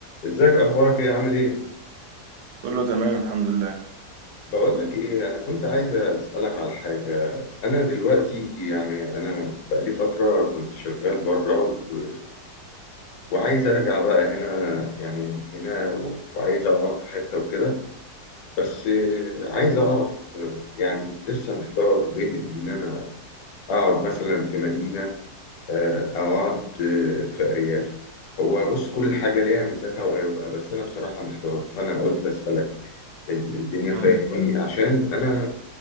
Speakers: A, on the left (about 65°); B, on the right (about 75°).
A: ازيك اخبارك ايه عامل ايه
B: كله تمام الحمد لله
A: بقول لك ايه انا كنت عايز اسالك على حاجه انا دلوقتي يعني انا بقالي فتره كنت شغال بره و... وعايز ارجع بقى هنا يعني هنا و... وعايز اقعد في حته وكده بس آه، عايز اعرف آه، يعني لسه محتار بين ان انا اقعد مثلا في مدينه آه، او اقعد آه، في ارياف هو بص كل حاجه ليها ميزاتها وعيوبها بس انا بصراحه محتار فانا قلت اسالك ال- الدنيا
B: امم
A: فايقاني عشان انا